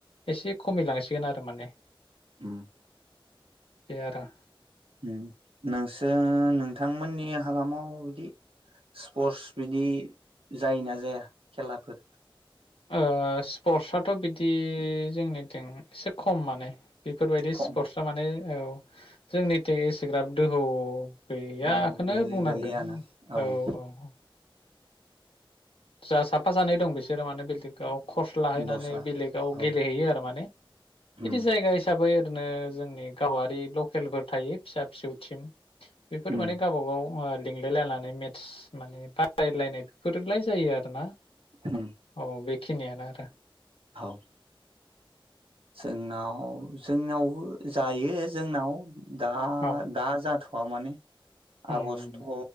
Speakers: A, on the left; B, on the right.
A: एसे खमिलां गोन आरो माने।
B: उम
A: बे आरो
B: उम नोंसोर नोंथांमोननि हालामाव बिदि स्पर्टस बिदि जायोना जाया खेलाफोर?
A: ओ स्पर्टसआथ' बिदि जोंनिथिं एसे खम माने। बेफोरबायदि
B: खम
A: स्पर्टसआ माने औ जोंनिथिं एसेग्राब दोहौ गैयाखौनो
B: गोलै
A: बुंनांगोन
B: गोलै आना उम
A: औ औ। जा साफा सानै दं बिसोरो माने <unintelligible> गाव कर्स लाहैनानै
B: दस्रा
A: बेलेगाव
B: औ
A: गेलेहैयो आरो माने
B: उम
A: बिदि जायगा हिसाबै नो जोंनि गावारि लकेलफोर थायो फिसा फिसौ थिम बेफोर
B: उम
A: माने गावबागाव आरो लिंलायलायनानै मेटस माने बादायलायनाय बेफोरलाय जायो आरोना।
B: उम
A: औ बेखिनियानो आरो। <inaudible>
B: औ जोंनाव जोंनावबो जायो जोंनाव दा
A: औ
B: दा जाथ' वा माने
A: उम
B: आगष्ट